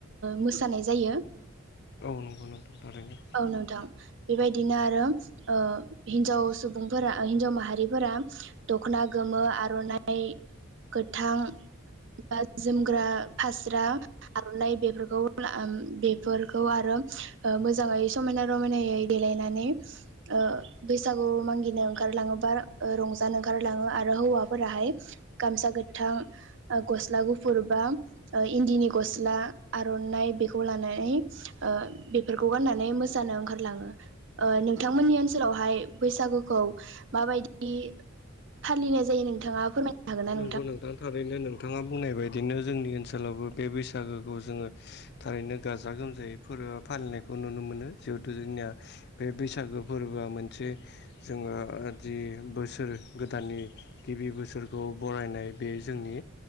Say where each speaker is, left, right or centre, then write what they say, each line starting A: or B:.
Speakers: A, on the right; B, on the left.
A: मोसानाय जायो
B: औ नंगौ नोंथां थारैनो
A: औ नोंथां बेबायदिनो आरो ओ हिन्जाव सुबुंफोरा हिन्जाव माहारिफोरा दख'ना गोमो आर'नाइ गोथां बा जोमग्रा फास्रा आर'नाइ बेफोरखौ बेफोरखौ आरो मो मोजाङै समायना रमायनायै देलायनानै ओ बैसागु मांगिनो ओंखारलाङो बा रंजानो ओंखारलाङो आरो हौवाफोराहाय गामसा गोथां गस्ला गुफुर बा इन्दिनि गस्ला आर'नाइ बेखौ लानानै ओ बेफोरखौ गाननानै मोसानो ओंखारलाङो ओ नोंथांमोननि ओनसोलावहाय बैसागुखौ माबायदि फालिनाय जायो नोंथाङा फोरमायनो हागोन ना
B: नंगौ नोंथां थारैनो नोंथाङा बुंनाय बायदिनो जोंनि ओनसोलावबो बे बैसागोखौ जोङो थारैनो गाजा गोमजायै फोर फालिनायखौ नुनो मोनो जिहेथु जोंनिया बे बैसागो फोरबोआ मोनसे जोङो जि बोसोर गोदाननि गिबि बोसोर खौ बरायनाय बे जोंनि